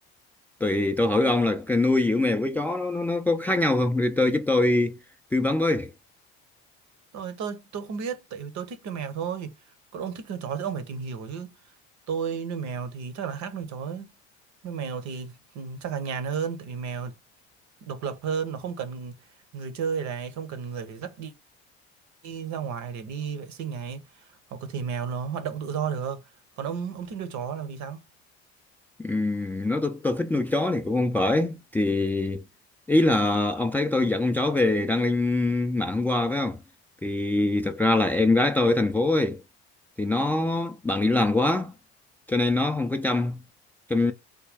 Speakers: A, in the centre; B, on the right.
A: Thì tôi hỏi ông là cái nuôi giữa mèo với chó nó, nó, nó có khác nhau không? Để tôi giúp tôi tư vấn với.
B: tôi tôi tôi không biết tại vì tôi thích nuôi mèo thôi còn ông thích nuôi chó thì ông phải tìm hiểu chứ tôi nuôi mèo thì chắc là khác nuôi chó ấy. nuôi mèo thì ừ, chắc là nhàn hơn tại vì mèo độc lập hơn nó không cần người chơi này không cần người phải dắt đi đi ra ngoài để đi vệ sinh này hoặc có thể mèo nó hoạt động tự do được còn ông ông thích nuôi chó là vì sao
A: Ừm, nói tôi, tôi thích nuôi chó thì cũng không phải thì ý là ông thấy tôi dẫn con chó về đăng lên mạng hôm qua phải không thì thật ra là em gái tôi ở thành phố ấy thì nó bận đi làm quá cho nên nó không có chăm chăm